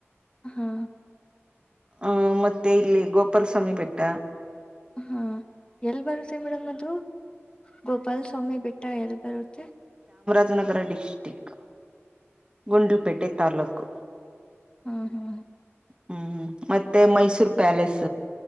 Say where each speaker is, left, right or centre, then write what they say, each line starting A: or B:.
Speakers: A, on the left; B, on the right.
A: ಹಾ
B: ಹ ಮತ್ತೆ ಇಲ್ಲಿ ಗೋಪಾಲಸ್ವಾಮಿ ಬೆಟ್ಟ
A: ಹಾ ಎಲ್ ಬರುತ್ತೆ ಮೇಡಮ್ ಅದು ಗೋಪಾಲ ಸ್ವಾಮಿ ಬೆಟ್ಟ ಎಲ್ಲಿ ಬರುತ್ತೆ
B: ವಿನಗರ ಡಿಸ್ಟಿಕ್ ಗುಂಡಲುಪೇಟೆ ತಾಲೂಕು
A: ಹಾ ಹಾ
B: ಹೂ ಮತ್ತೆ ಮೈಸೂರ್ ಪ್ಯಾಲೇಸ್